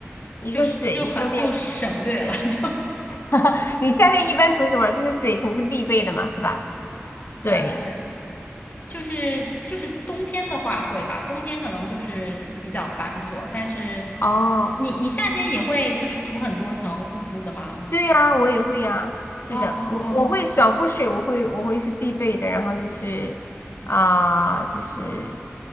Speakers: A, on the left (about 60°); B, on the left (about 35°).
A: 一个水一个面霜，
B: 就是就很就省略了，<laughs> 就
A: <laughs> 你夏天一般涂什么？就是水肯定是必备的嘛，是吧？对，
B: 呃，就是就是冬天的话会吧，冬天可能就是比较繁琐，但是
A: 哦，
B: 你你夏天也会就是涂很多层护肤的吗？
A: 对呀、我也会呀、是的，
B: 哦哦
A: 我我会爽肤水，我会我会是必备的，然后就是啊、就是